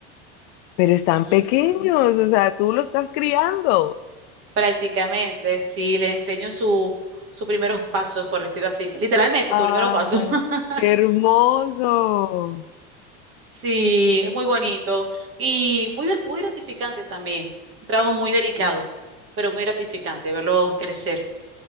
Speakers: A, on the left (about 65°); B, on the right (about 40°).
A: pero están
B: Ujú.
A: pequeños, o sea, tú los estás criando.
B: Prácticamente, sí, les enseño su, sus primeros pasos, por decirlo así, literalmente,
A: Ay,
B: su primeros pasos. <laughs>
A: qué hermoso.
B: Sí, es muy bonito y muy, grat- muy gratificante también. Un trabajo muy delicado,
A: Sí.
B: pero muy gratificante verlos crecer.